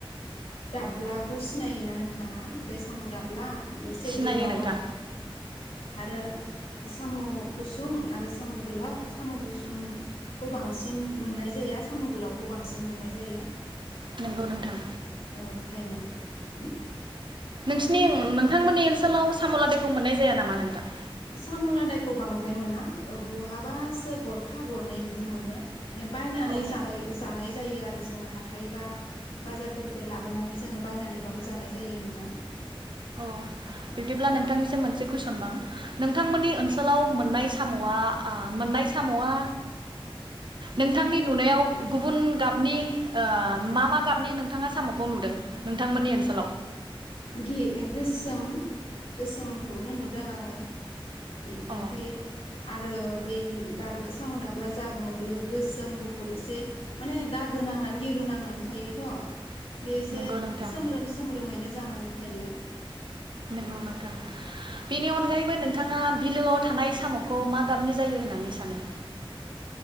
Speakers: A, on the left; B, on the right.
A: दाब्लाखौ सिनायोना नोंथाङा बे साम' दाब्ला एसे
B: सिनायो
A: गोलाव
B: नोंथां
A: आरो साम' गुसुं आरो साम' गोलाव साम' गुसुंखौ बांसिन मोननाय जाया साम' गोलावखौ बांसिन मोननाय जायो।
B: नंगौ नोंथां।
A: औ थारैनो उ उ।
B: नोंसिनि उ नोंथांमोननि ओनसोलाव साम' लादायखौ मोननाय जाया नामा नोंथां?
A: साम' लादायखौ बांद्राय मोना बहाबासो गरफा गरनै बिदि मोनो। माने बायनानै
B: औ
A: जानाय-जानाय जायो आरो। जोङो हाथायबा बाजारफोरनिफ्राय लाबोनानै जोङो बायनानैबाबो जानाय जायो नोंथां।
B: अ बिब्दिब्ला नोंथांनिसिम मोनसे कुइसन बां नोंथांमोननि ओनसोलाव मोननाय साम'आ मोननाय साम'आ नोंथांनि नुनायाव गुबुन गाबनि मा मा गाबनि नोंथाङा साम'खौ नुदों नोंथांमोननि ओनसोलाव?
A: गि-गोसोम गोसोमखौनो नुदों आङो। बि
B: अ
A: ओमफाय आरो बै दाब्ला साम' दाब्ला जा बुङो बेयो गोसोम गुफुर एसे माने दागो नांनानै गिरु नांनानै थायोथ' बेसे
B: नंगौ नोंथां
A: सोम्रोम सोम्रोमैनो जानानै थायो
B: नंगौ नोंथां बेनि अनगायैबो नोंथाङा बिलोआव थानाय साम'खौ मा गाबनि जायो होननानै सानो?